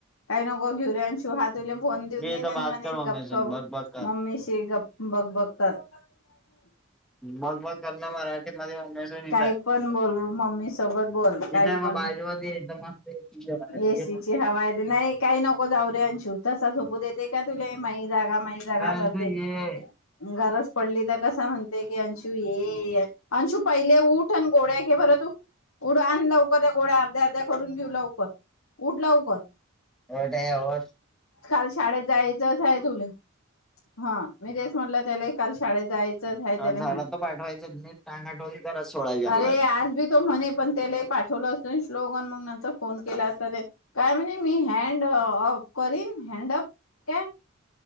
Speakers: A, on the left; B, in the centre.
A: काही नको घेऊ अनशु हातुरे फोन जुनन
B: ये इथं बात
A: म्हणे
B: कर मम्मी
A: गप
B: सून
A: गप
B: बघ बघ कर
A: मम्मी श गप बग बग कर <unintelligible>
B: बघ बघ करणं मराठी मध्ये मम्मी सून इथं
A: काही पण बोलू मम्मी सोबत बोल
B: आहे
A: काही
B: इथं आहे मग
A: पण
B: बाजूमध्ये इथं मस्त ये तुझ्या बाजूला
A: एसीची
B: ये ना.
A: हवा आहे ते नाही काही नको जाऊ रे अंशू तसा झोपू देते का तुला माही जागा माही जागा
B: ए अंशु
A: करते.
B: ये
A: गरज पडली तर कसा म्हणते की अंशू ये अंशू पहिले ऊठ आणि गोळ्या घे बरं तु ऊठ आण लवकर त्या गोड्या अर्ध्या अर्ध्या करून घेऊ लवकर उठ लवकर
B: होटय हो <unintelligible>
A: काल शाळेत जायचंच आहे तुले हा मी तेच म्हटलं त्याला काल शाळेत जायचं
B: काल
A: त्याने
B: झाडात
A: म्ह
B: तर पाठवायचं नीट टांगाटोळी करत सोडायला झाला
A: अरे आज बी <unintelligible> तो म्हणे पण त्याला पाठवलं असे श्लोकगन मग त्यांचा फोन केला असेल. काय म्हणे मी हॅड अप करीन हॅड अप काय